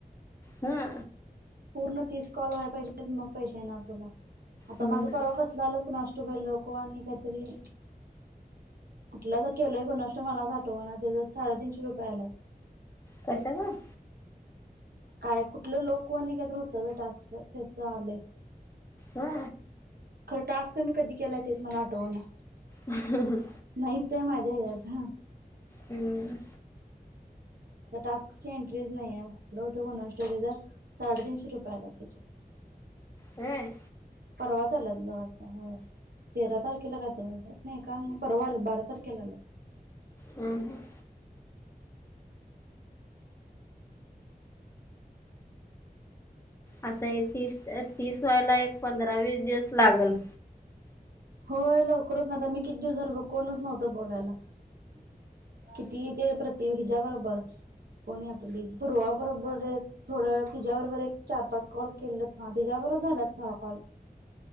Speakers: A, on the left (about 15°); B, on the right (about 75°).
A: हा.
B: पूर्ण तीस कॉल व्हाय पाहिजे मग पैसे ना तुला आता
A: हम्म
B: माझा परवा कस? झाल को नष्ट पई लोक अ आणि काहीतरी कुठला ज केलय गणष्ट मला आठवा त्याच्या साडेतीीनशे रुपये आलात.
A: कसं ग?
B: काय कुठलं लोक आणि आणि काय ुत बेटस् त्याच आले.
A: हा.
B: खरं टास्क मी कधी केलाय तेच मला आटवण.
A: ह ह.
B: नाहीच आहे माझ्या हत हा.
A: हम.
B: टास्क ची एंट्रीज नाही कुठलं हो होन स्टोर साडेतीीनशे रुपयाला त्याचे
A: हम.
B: परवा चालत ग आता होय. तेरा तारखेला कायत नाही काल नाही परवा बारा तारखेला आलात.
A: हम ह. आता हे तीस तीस वयाला एक पंधरा वीस दिवस लागल.
B: होय लवकरच नाता मी किती दिवस झालो बघ कोणच नव्हत बोलायला. किती ते प्रति हिज्या बरोबर कोण आपली पूर्वा बरोबर. थोडं तिच्या्याबरोबर एक चार पाच कॉल केलं हा तिच्यावरच झालाच हा कॉल.